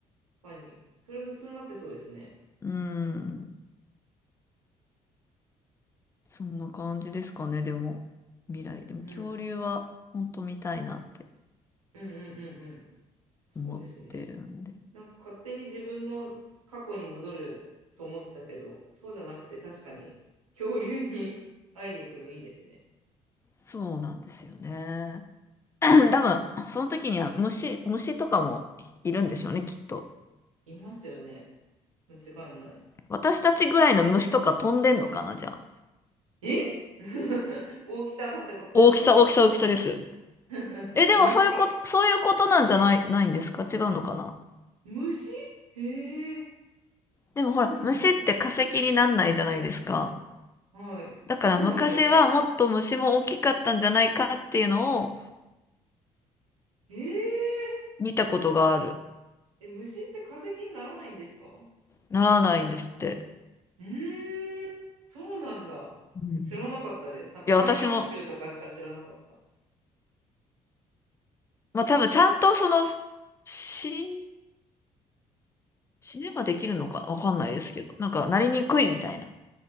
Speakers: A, on the right; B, on the left.
A: 確かに。それ普通になってそうですね。
B: うん。そんな感じですかね、でも、未来。でも、
A: うん。
B: 恐竜は、本当見たいなって
A: うんうんうんうん。そうですね。
B: 思ってるんで。
A: なんか勝手に自分の過去に戻ると思ってたけど、そうじゃなくて確かに恐竜に <laughs> 会いに行くのいいですね。
B: そうなんですよね。<clears throat> 多分、その時には虫、虫とかもいるんでしょうね、きっと。
A: いますよね。間違いない。
B: 私たちぐらいの虫とか飛んでんのかな、じゃあ。
A: え <laughs> 大きさのってことですか、
B: 大きさ、
A: 私たちの。
B: 大きさ、大きさです。
A: <laughs>
B: え、でもそういうこと、
A: 虫
B: そういうことなんじゃない、ないんですか違うのかな
A: 虫へえ、
B: でもほら、
A: そうなんですか。
B: 虫って化石になんないじゃないですか。
A: はい。
B: だから昔はもっと虫も大きかったんじゃないかっていうのを
A: そうなんですか。へえ、
B: 見たことがある。
A: え、虫って化石にならないんですか
B: ならないんですって。
A: うーん、そうなんだ。
B: うん。
A: 知らなかったです。なんか三葉虫とかしか知らなかった。
B: いや、私も、まあ多分ちゃんとその、死ん、死ねばできるのかわかんないですけど、なんかなりにくいみたいな。